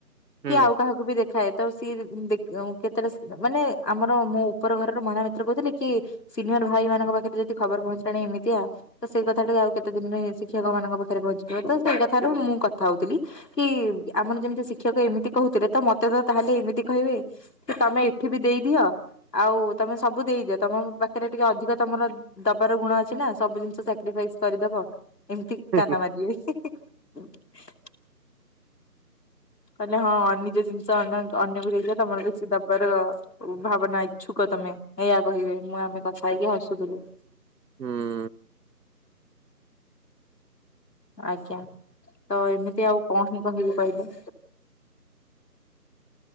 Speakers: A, on the right; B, on the left.
A: ହୁଁ
B: କି ଆଉ କାହାକୁ ବି ଦେଖାଏ। ତ ସିଏକେ କେତେବେଳେ ମାନେ ଆମର ମୋ ଉପର ଘରର ମହିଳା ମିତ୍ର କହୁଥିଲେ କି ସିନିୟର ଭାଇ ମାନଙ୍କ ପାଖରେ ଯଦି ଖବର ପହଞ୍ଚିଲାଣି ଏମିତିଆ ତ ସେଇ କଥା ଟା ଆଉ କେତେ ଦିନରେ ଶିକ୍ଷକ ମାନଙ୍କ ପାଖରେ ପହଞ୍ଚିଯିବ ତ ସେଇ କଥାରୁ ମୁଁ କଥା ହଉଥିଲି। କି ଆମର ଯେମିତି ଶିକ୍ଷକ ଏମିତି କହୁଥିଲେ ତ ମତେ ତ ତାହେଲେ ଏମିତି କହିବେ। କି ତମେ ଏଠି ବି ଦେଇଦିଅ। ଆଉ ତମେ ସବୁ ଦେଇଦିଅ ତମ ପାଖରେ ଟିକେ ଅଧିକ ତମର ଦବା ର ଗୁଣ ଅଛି ନା ସବୁ ଜିନିଷ ସାକ୍ରିଫାଇସ କରିଦବ ଏମିତି
A: ହୁଁ
B: ତାନା ମାରିବେ। <inaudible> କହିଲେ ହଁ ନିଜ ଜିନିଷ ଅନ୍ୟକୁ ଦେଇଦିଅ ତମର କିଛି ଦେବାର ଭାବନା ଇଚ୍ଛୁକ ତମେ ଏଇଆ କହିବେ ମୁଁ ଆମେ କଥା ହେଇକି ହସୁଥିଲୁ।
A: ହୁଁ।
B: ଆଜ୍ଞା ତ ଏମିତି ଆଉ କଣ ହିଁ କହିବି କହିଲେ।